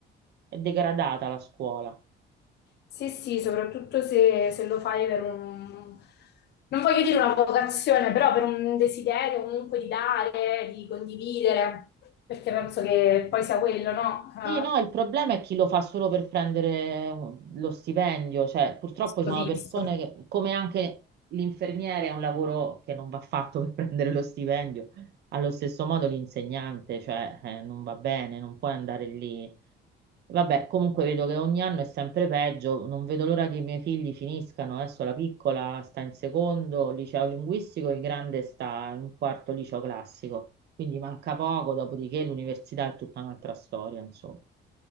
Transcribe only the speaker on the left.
Sì, sì, soprattutto se, se lo fai per un... non voglio dire una vocazione, però per un desiderio comunque di dare, di condividere, perché penso che poi sia quello, no? Ah,
questo
visto.